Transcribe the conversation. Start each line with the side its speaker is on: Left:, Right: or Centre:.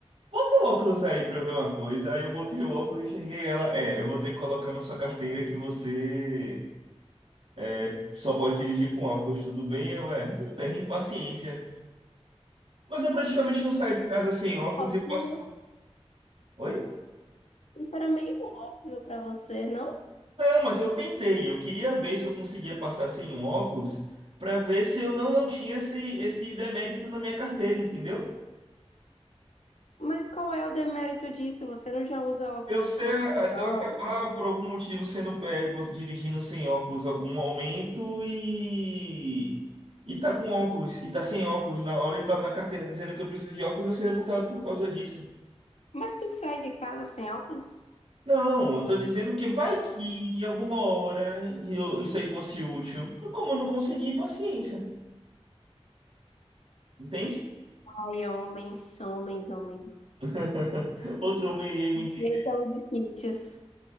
Right: bota o óculos aí pra eu ver uma coisa. Aí eu botei o óculos e enxerguei ela, é, eu vou ter que colocar na sua carteira que você eh, só pode dirigir com óculos, tudo bem? Eu, é, tudo bem, paciência. Mas eu praticamente não saio de casa sem óculos
Left: Óbvio,
Right: e passo.
Left: né?
Right: Oi?
Left: Isso era meio óbvio pra você, não?
Right: Não, mas eu tentei. Eu queria ver se eu conseguia passar sem um óculos para ver se eu não, não tinha esse, esse demérito na minha carteira, entendeu?
Left: Mas qual é o demérito disso? Você não já usa óculos
Right: Eu ser,
Left: to- toda
Right: eu acabar
Left: hora?
Right: por algum motivo sendo pego dirigindo sem óculos em algum momento e e tá com óculos e tá sem óculos na hora e tá na carteira dizendo que eu preciso de óculos, eu ser multado por causa disso.
Left: Mas tu sai de casa sem óculos?
Right: Não, eu tô dizendo que vai que em alguma hora eu- isso aí fosse útil. Como eu não consegui, paciência. Entende?
Left: Ai, homens, homens, homens.
Right: <laughs> Outro homem iria me entender.
Left: Eles são difíceis.